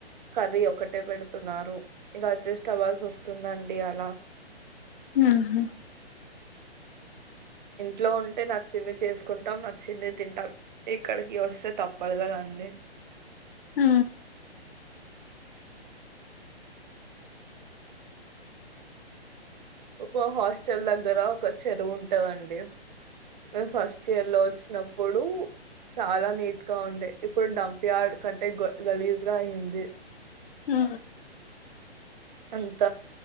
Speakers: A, on the right; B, on the left.
A: కర్రీ ఒకటే పెడుతున్నారు, ఇంక అడ్జస్ట్ అవ్వాల్సి వస్తుందండి అలా
B: ఆహ
A: ఇంట్లో ఉంటే నచ్చింది చేసుకుంటాం నచ్చింది తింటాం ఇక్కడికి వస్సే తప్పదు కదండి.
B: హు
A: ఒకొ హస్టల్ దగ్గరా క చెరువ్ ఉంటందండి. మేమ్ ఫస్ట్ ఇయర్ లో వచ్చినప్పుడు చాలా నీట్ గా ఉండే ఇప్పుడు డంపియార్డ్ కంటే గు గలీజుగా అయ్యింది.
B: హు
A: అంత